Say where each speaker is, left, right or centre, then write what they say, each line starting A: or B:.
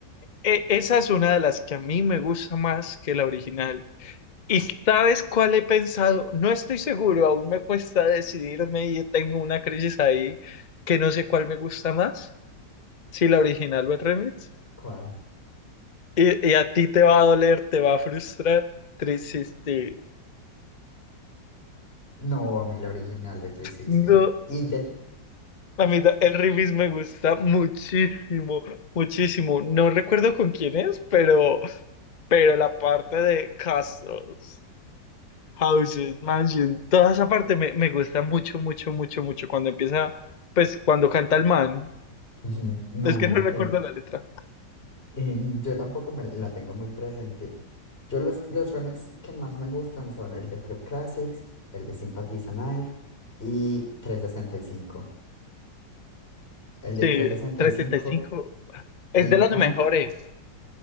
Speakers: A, on the left (about 60°); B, on the left (about 30°).
A: E- esa es una de las que a mí me gusta más que la original. ¿Y sabes cuál he pensado? No estoy seguro, aún me cuesta decidirme y tengo una crisis ahí que no sé cuál me gusta más, si la original o el remix.
B: ¿cuál?
A: Y, y a ti te va a doler, te va a frustrar, triste.
B: No, a mí la original de 360.
A: No,
B: Y de,
A: A mí ta- el remix me gusta muchísimo, muchísimo. No recuerdo con quién es, pero, pero la parte de castles, houses, mansion, toda esa parte me, me gusta mucho, mucho, mucho, mucho. Cuando empieza, pues cuando canta el man,
B: Ujú. No,
A: es que
B: mira
A: no recuerdo
B: que
A: la letra.
B: eh, yo tampoco me la tengo muy presente. Yo los, los remixes que más me gustan son el de Club Classics, el de Sympathy is a Knife y 365. El de
A: Sí,
B: trescientos sesenta
A: trescientos
B: y cinco
A: setenta y cinco
B: me
A: es
B: encanta
A: de los mejores.